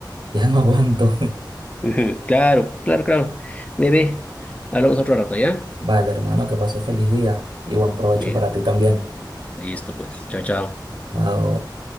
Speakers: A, on the right; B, on the left.
A: ya no aguanto.
B: Ujú, Claro, claro, claro. Bebé, hablamos otro rato, ¿ya?
A: <laughs> Vale, hermano, que pase feliz día y buen provecho
B: Eh,
A: para ti también.
B: Listo, pues. Chao, chao.
A: Ah, o-